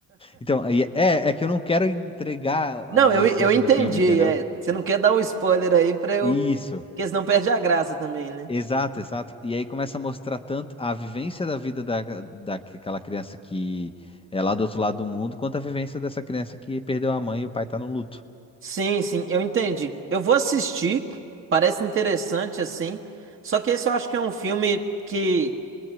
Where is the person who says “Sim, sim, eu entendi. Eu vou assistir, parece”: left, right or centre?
Right